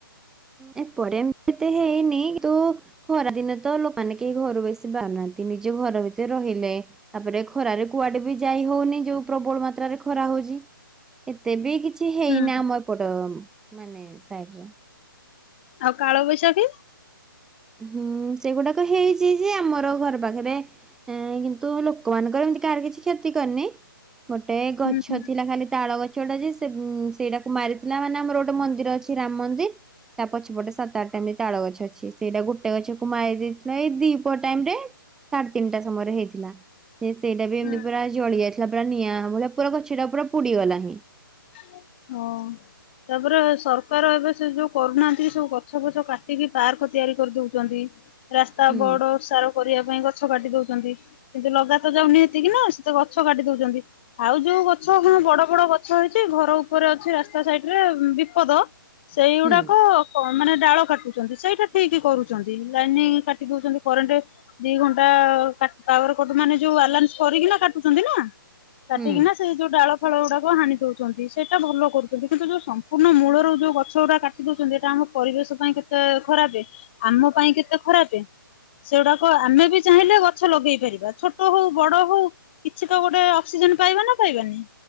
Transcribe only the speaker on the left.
ହୁଁ।
ଆଉ କାଳବୈଶାଖି?
ହୁଁ ହୁଁ
ହୁଁ।
ହଁ। ତାପରେ ସରକାର ଏବେ ସେ ଯୋଉ କରୁନାହାନ୍ତି ସବୁ ଗଛ ଫଛ କାଟିକି ପାର୍କ ତିଆରି କରିଦଉଛନ୍ତି। ରାସ୍ତା
ବଡ ଓସାର କରିବା ପାଇଁ ଗଛ କାଟି ଦଉଛନ୍ତି। କିନ୍ତୁ ଲଗାତ ଯାଉନି ଏତିକି ନା ସେତେ ଗଛ କାଟି ଦଉଛନ୍ତି ଆଉ ଯୋଉ ଗଛ କଣ ବଡ ବଡ ଗଛଇ ଘର ଉପରେ ଅଛି ରାସ୍ତା ସାଇଡ ରେ ବିପଦ ସେଇଗୁଡାକ
ମାନେ ଡାଳ କାଟୁଛନ୍ତି ସେଇଟା ଠିକ କରୁଛନ୍ତି ଲାଇନିଂ କାଟି ଦଉଛନ୍ତି କରେଣ୍ଟ ଦି ଘଣ୍ଟାା ପାୱାର କଟ ମାନେ ଯୋଉ ଆଲାନ୍ସ କରିକି ନା କାଟୁଛନ୍ତି ନା କାଟିକିନା
ସେଇ ଯୋଉ ଡାଳ ଫାଳ ଗୁଡାକ ହାଣି ଦଉଛି। ସେଇଟା ଭଲ କରୁଛନ୍ତି କିନ୍ତୁ ଯୋଉ ସମ୍ପୂର୍ଣ୍ଣ ମୂଳରୁ ଯୋଉ ଗଛ ଗୁଡା କାଟି ଦେଉଛନ୍ତି ସେଇଟା ଆମ ପରିବେଶ ପାଇଁ ଖରାପେ ଆମ ପାଇଁ କେତେ ଖରାପେ ସେଗୁଡାକ ଆମେ ବି ଚାହିଁଲେ ଗଛ ଲଗେଇ ପାରିବା ଛୋଟ ହଉ ବଡ ହଉ କିଛି ତ ଗୋଟେ ଅକ୍ସିଜେନ ପାଇବା ନା ପାଇବାନି?